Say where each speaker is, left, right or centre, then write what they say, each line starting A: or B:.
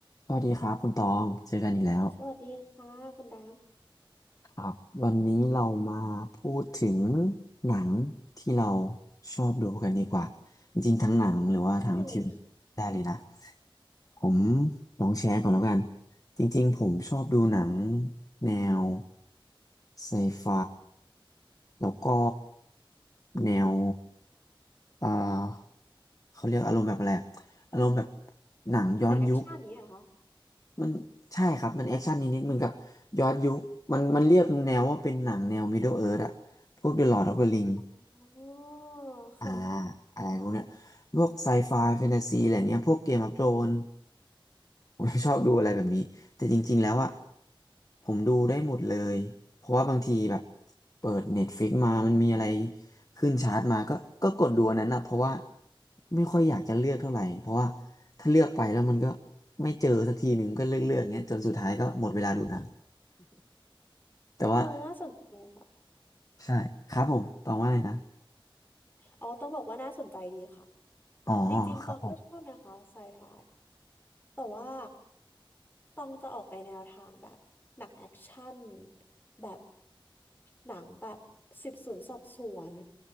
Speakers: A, on the left; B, on the left.
A: สวัสดีครับคุณตอง เจอกันอีกแล้ว
B: สวัสดีค่ะคุณด
A: ครับวันนี้เรามาพูดถึงหนังที่เราชอบดูกันดีกว่า จริงๆทั้งหนังหรือว่าทั้งทีวีได้เลยนะ
B: ำได้เลยค่ะ
A: ผมลองแชร์ก่อนแล้วกัน จริงๆผมชอบดูหนังแนวไซไฟ แล้วก็แนวเอ่อเขาเรียกอารมณ์แบบอะไรอะอารมณ์แบบหนังย้อนยุค
B: หนังแอคชั่นนี้เหรอคะ
A: มันใช่ครับ มันแอคชั่นนิดๆเหมือนกับย้อนยุคมันมันเรียกแนวว่าเป็นหนังแนว Middle Earth อะพวก The Lord of the Ring
B: อ๋อ
A: อ่า
B: ค่ะ
A: อะไรพวกเนี้ยพวกไซไฟแฟนตาซีอะไรเนี้ยพวกเกมออฟโธรนผม <laughs> ไม่ชอบดูอะไรแบบนี้ แต่จริงๆแล้วอะผมดูได้หมดเลย เพราะว่าบางทีแบบเปิด Netflix มามันมีอะไรขึ้นชาร์ตมาก็ก็กดดูอันนั้นนะเพราะว่าไม่ค่อยอยากจะเลือกเท่าไหร่ เพราะว่าถ้าเลือกไปแล้วมันก็ไม่เจอสักทีหนึ่งก็เลือกเลือกเงี้ยจนสุดท้ายก็หมดเวลาดูหนัง <laughs> แต่ว่า
B: อ๋อน่าสนใจค่ะ
A: ใช่ครับผมตองว่าอะไรนะ
B: อ๋อต้องบอกว่าน่าสนใจดีค่ะ
A: อ๋อครับผม
B: จริงๆตองก็ชอบนะคะไซไฟแต่ว่าตองจะออกไปแนวทางแบบหนังแอคชั่นแบบหนังแบบสืบสวนสอบสวน